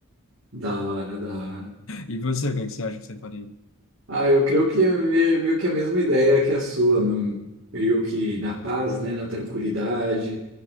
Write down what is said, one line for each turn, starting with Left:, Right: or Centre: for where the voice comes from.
Right: da hora, da hora.
Left: E você, o que é que você acha que você faria?
Right: Ah, eu creio que é me- meio que a mesma ideia que a sua, num- meio que na paz, né, na tranquilidade,